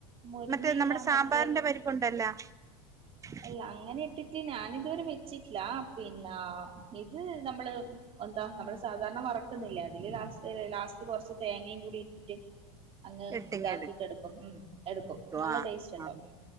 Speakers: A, on the right; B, on the right.
A: മുരിങ്ങ
B: മറ്റേ നമ്മുടെ
A: ഇല
B: സാമ്പാറിന്റെ
A: മറ്റേ
B: <unintelligible>
A: അല്ല അങ്ങനെ ഇട്ടിട്ട് ഞാനിതു വരെ വെ ച്ചിട്ടില്ലാ പിന്ന ഇത് നമ്മള് എന്താ നമ്മള് സാധാരണ വറ ക്കുന്നില്ലേ അതില് ലാസ്റ്റ് ലാസ്റ്റ് കൊറച്ച് തേങ്ങയും കൂടി ഇട്ടിട്ട് അങ്ങ്
B: ഇട്ടിങ്
A: ഇതാക്കീട്ട്
B: എടു
A: എടുക്കും ഉം എടുക്കും നല്ല
B: ആ
A: ടേസ്റ്റ് ഉണ്ടാവും
B: ആ
A: ഉം